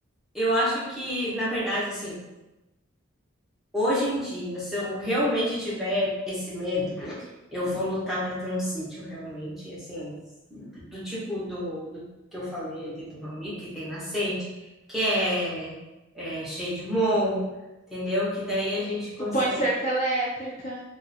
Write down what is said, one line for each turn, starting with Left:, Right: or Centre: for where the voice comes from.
Centre: eu acho que, na verdade, assim, hoje em dia, se eu realmente tiver esse medo, eu vou lutar para ter um sítio realmente, assim, do tipo do, do que eu falei ali do meu amigo, que tem nascente, que é, é cheio de morro, entendeu? Que daí a
Left: Tu,
Centre: gente consegue.
Left: tu põe cerca elétrica.